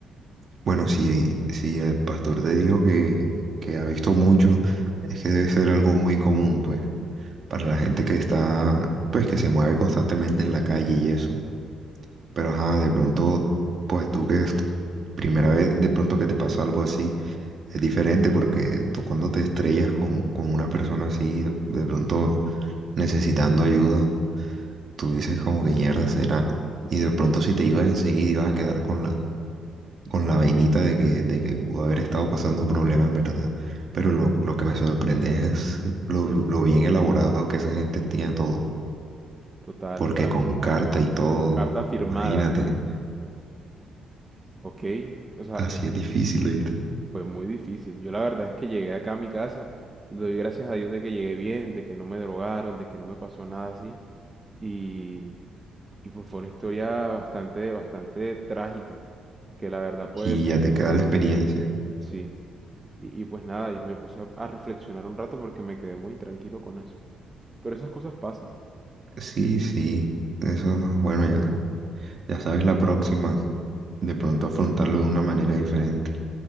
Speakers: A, on the right; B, on the right.
A: bueno, si, si el pastor te dijo que, que ha visto mucho, es que debe ser algo muy común, pues, para la gente que está, pues, que se mueve constantemente en la calle y eso. Pero, ajá, de pronto, pues tú que es tu primera vez de pronto que te pasa algo así, es diferente porque tú cuando te estrellas con, con una persona así, de de pronto necesitando ayuda, tú dices como que mierda será. Y de pronto si te ibas enseguida ibas a quedar con la, con la vainita de que, de que pudo haber estado pasando un problema en verdad. Pero lo, lo que me sorprende es lo, lo bien elaborado que esa gente tiene todo.
B: Total,
A: Porque
B: para
A: con carta y todo,
B: carta firmada,
A: imagínate,
B: ¿ok? O sea,
A: así
B: eh,
A: es difícil, ¿viste?
B: fue muy difícil. Yo la verdad es que llegué acá a mi casa. Le doy gracias a Dios de que llegué bien, de que no me drogaron, de que no me pasó nada así. Y, y pues fue una historia bastante, bastante trágica, que la verdad pues
A: Y ya te queda la experiencia.
B: sí. Y, y pues nada, y me puse a, a reflexionar un rato porque me quedé muy intranquilo con eso. Pero esas cosas pasan.
A: Sí, sí, eso, bueno, ya, ya sabes la próxima, de pronto afrontarlo de una manera diferente.